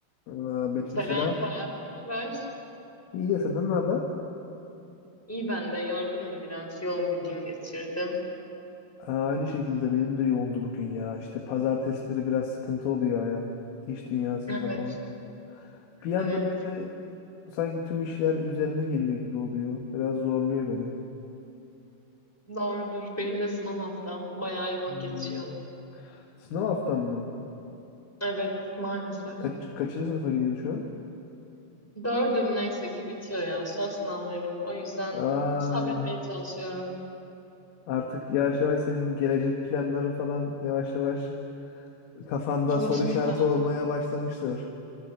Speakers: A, on the left; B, in the centre.
A: Aa, Betül
B: Selam
A: selam.
B: Ferhat, ne haber?
A: İyi de senden ne haber?
B: İyi ben de yorgunum biraz. Yoğun bir gün geçirdim.
A: Aa, aynı şekilde benim de yoğundu bugün ya. İşte pazartesileri biraz sıkıntı oluyor ya. İş dünyasında
B: Evet,
A: falan. Bir anda
B: evet.
A: böyle sanki tüm işler üzerine geliyor gibi oluyor. Biraz zorluyor beni.
B: Doğrudur. Benim de sınav haftam bayağı yoğun
A: Hmm,
B: geçiyor.
A: Sınav haftam mı?
B: Evet, maalesef.
A: Kaç, kaçıncı sınıfa gidiyorsun şu an?
B: Dördüm neyse ki bitiyor ya. Son sınavlarım. O yüzden
A: Aa,
B: sabretmeye çalışıyorum.
A: artık yavaş yavaş senin gelecek planları falan yavaş yavaş kafanda
B: Olur
A: soru işareti
B: ya.
A: olmaya başlamıştır.